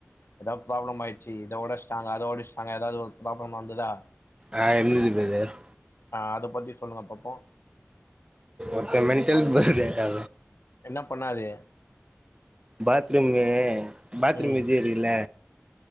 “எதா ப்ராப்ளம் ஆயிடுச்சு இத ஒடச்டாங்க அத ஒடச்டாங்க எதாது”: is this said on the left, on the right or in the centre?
Left